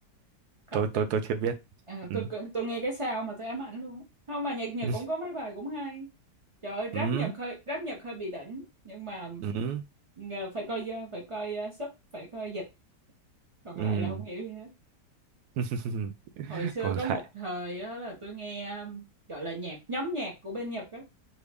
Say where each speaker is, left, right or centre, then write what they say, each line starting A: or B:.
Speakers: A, on the right; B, on the right.
A: Cậu-
B: tôi tôi
A: tôi,
B: tôi chưa biết.
A: à,
B: Ừ.
A: tôi cứ- tôi nghe cái sao mà tôi ám ảnh luôn á. không mà nhạc Nhật
B: <laughs>
A: cũng có mấy bài cũng hay trời ơi
B: Ừ.
A: rap Nhật hơi rap Nhật hơi bị đỉnh nhưng mà
B: Ừ.
A: ngờ- phải coi ờ, phải coi ờ, sub phải coi dịch còn
B: Ừ.
A: lại là không hiểu gì hết
B: <laughs>
A: hồi xưa
B: Còn
A: có một
B: lại
A: thời đó là tôi nghe ờ, gọi là nhạc nhóm nhạc của bên Nhật á